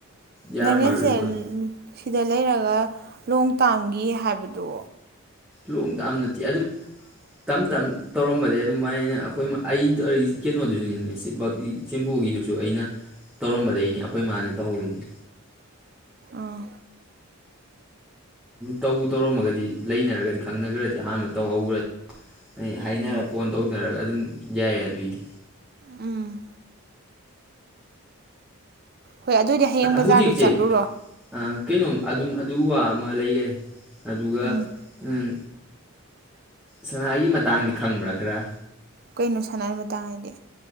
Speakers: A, in the centre; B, on the right.
A: ꯌꯥꯔꯝꯃꯔꯣꯏ
B: ꯅꯪꯅꯁꯦ
A: ꯔꯦꯀꯣꯔꯠ
B: ꯁꯤꯗ ꯂꯩꯔꯒ ꯂꯣꯡ ꯇꯥꯝꯒꯤ ꯍꯥꯏꯕꯗꯨ
A: ꯂꯣꯡ ꯇꯥꯝ ꯅꯠꯇꯦ ꯑꯗꯨꯝ ꯇꯞ ꯇꯝ ꯇꯧꯔꯝꯕꯗꯒꯩ ꯑꯗꯨꯃꯥꯏꯅ ꯑꯩꯈꯣꯏ ꯑꯩꯅ ꯀꯩꯅꯣꯗꯨꯁꯨꯅꯤꯅꯦ ꯁꯤꯕ ꯁꯦꯝꯄꯨꯒꯤꯗꯨꯁꯨ ꯑꯩꯅ ꯇꯧꯔꯝꯕꯗꯩꯅꯦ ꯑꯩꯈꯣꯏ ꯏꯃꯥꯅ ꯇꯧꯍꯧꯔꯤꯁꯦ
B: ꯑꯥ
A: ꯇꯧ ꯇꯧꯔꯝꯃꯒꯗꯤ ꯂꯩꯅꯔꯒꯗꯤ ꯈꯪꯅꯈ꯭ꯔꯗꯤ ꯑꯍꯥꯟꯕ ꯇꯧꯍꯧꯒꯔ ꯑꯩ ꯍꯥꯏꯅꯔꯒ
B: ꯎꯝ
A: ꯐꯣꯟ ꯇꯧꯅꯔꯒ ꯑꯗꯨꯝ ꯌꯥꯏ ꯑꯗꯨꯏꯗꯤ
B: ꯎꯝ ꯍꯣꯏ ꯑꯗꯨꯏꯗꯤ ꯍꯌꯦꯡ ꯕꯖꯥꯔꯗꯣ
A: ꯍꯧꯖꯤꯛꯁꯦ
B: ꯆꯠꯂꯨꯔꯣ
A: ꯑ, ꯀꯩꯅꯣꯝ ꯑꯗꯨꯝ ꯑꯗꯨ ꯋꯥ ꯑꯃ ꯂꯩꯈꯔꯦ ꯑꯗꯨꯒ
B: ꯎꯝ
A: ꯎꯝ ꯁꯅꯥꯒꯤ ꯃꯇꯥꯡꯗꯤ ꯈꯪꯕ꯭ꯔꯥ ꯈꯔ
B: ꯀꯩꯅꯣ ꯁꯅꯥꯏ ꯇꯗꯦ